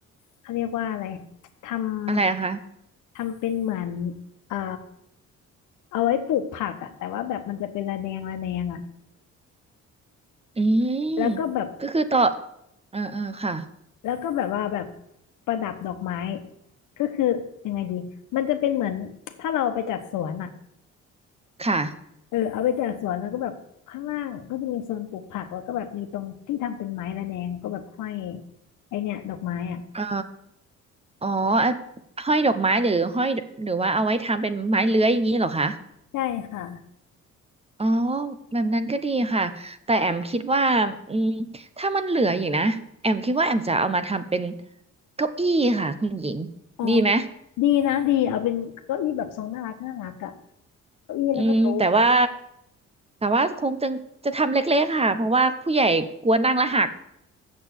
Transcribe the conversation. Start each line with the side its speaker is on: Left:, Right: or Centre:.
Left: เขาเรียกว่าอะไรท
Right: อะไรอะคะ
Left: ำ ทำเป็นเหมือนเอ่อเอาไว้ปลูกผักอะแต่ว่าแบบมันจะเป็นระแนงระแนงอะ
Right: อืม
Left: แล้วก็แบบ
Right: ก็คือต่อเออเออค่ะ
Left: แล้วก็แบบว่าแบบประดับดอกไม้ก็คือยังไงดีมันจะเป็นเหมือนถ้าเราไปจัดสวนอะ
Right: ค่ะ
Left: เออเอาไปจัดสวนแล้วก็แบบข้างล่างก็จะมีโซนปลูกผักแล้วก็แบบมีตรงที่ทำเป็นไม้ระแนงก็แบบห้อยไอเนี่ยดอกไม้อะ
Right: เออ อ๋ออ่ะห้อยดอกไม้หรือห้อยหรือว่าเอาไว้ทำเป็นไม้เลื้อยอย่างนี้เหรอคะ
Left: ใช่ค่ะ
Right: อ๋อแบบนั้นก็ดีค่ะแต่แอมคิดว่าอืมถ้ามันเหลืออยู่นะแอมคิดว่าแอมจะเอามาทำเป็นเก้าอี้ค่ะคุณหญิง
Left: อ๋อ
Right: ดีไหม
Left: ดีนะดีเอาเป็นเก้าอี้แบบทรงน่ารักน่ารักอะเก้าอี้แล้วก็โต๊ะ
Right: อืมแต่ว่าแต่ว่าคงจะจะทำเล็กๆค่ะเพราะว่าผู้ใหญ่กลัวนั่งแล้วหัก